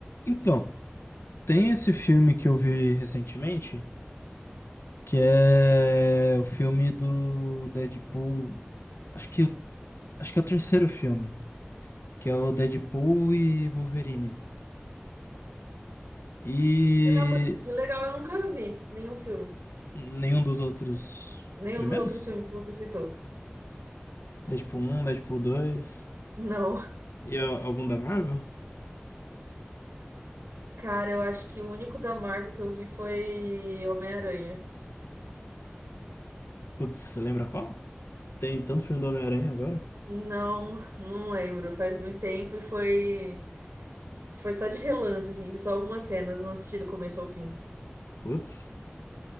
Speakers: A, on the left (about 80°); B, on the right (about 65°).
A: Então, tem esse filme que eu vi recentemente, que é o filme do Deadpool. Acho que, acho que é o terceiro filme, que é o Deadpool e Wolverine. E
B: Caramba, que legal, eu nunca vi nenhum filme.
A: nenhum dos outros
B: Nenhum
A: primeiros?
B: dos outros filmes que você citou.
A: Deadpool um Deadpool dois
B: Não.
A: e a- algum da Marvel?
B: Cara, eu acho que o único da Marvel que eu vi foi Homem-Aranha.
A: Putz, você lembra qual? Tem tanto filme do Homem-Aranha agora.
B: Não, não lembro. Faz muito tempo e foi. Foi só de relance, assim. Vi só algumas cenas, não assisti do começo ao fim.
A: Putz.